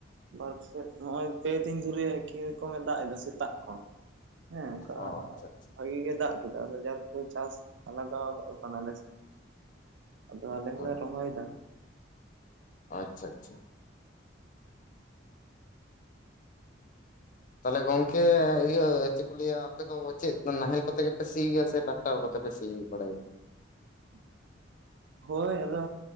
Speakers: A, on the right (about 70°); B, on the left (about 45°).
A: ᱵᱟᱥ ᱱᱚᱜᱼᱚᱭ ᱯᱮ ᱫᱤᱱ ᱫᱷᱚᱨᱮ ᱮᱠᱷᱤ ᱠᱚᱠᱚᱢᱮ ᱫᱟᱜ ᱮᱫᱟ ᱥᱮᱛᱟᱜ ᱠᱷᱚᱱ ᱦᱮᱸ ᱚᱱᱠᱟ
B: ᱚ ᱟᱪᱪᱷᱟ
A: ᱵᱷᱟᱜᱤ ᱜᱮ ᱫᱟᱜ ᱠᱮᱫᱟ ᱡᱟᱠ ᱯᱚᱨᱮ ᱪᱟᱥ ᱞᱟᱜᱟᱣ ᱠᱟᱱᱟᱞᱮ ᱟᱫᱚ ᱟᱞᱮ
B: ᱟᱪᱪᱷᱟ
A: ᱦᱚᱞᱮ ᱨᱚᱦᱚᱭᱮᱫᱟ
B: ᱟᱪᱪᱷᱟ ᱟᱪᱪᱷᱟ ᱛᱟᱦᱚᱞᱮ ᱜᱚᱝᱠᱮ ᱤᱭᱟᱹ ᱪᱮᱫ ᱠᱚ ᱞᱟᱹᱭᱟ ᱟᱯᱮ ᱫᱚ ᱪᱮᱫ ᱱᱟᱦᱮᱞ ᱠᱚᱛᱮ ᱜᱮᱯᱮ ᱥᱤᱭᱟ ᱥᱮ ᱴᱟᱠᱴᱟᱨ ᱠᱚᱛᱮ ᱯᱮ ᱥᱤ ᱵᱟᱲᱟᱭᱟ
A: ᱦᱮᱸ <inaudible> ᱦᱳᱭ ᱟᱫᱚ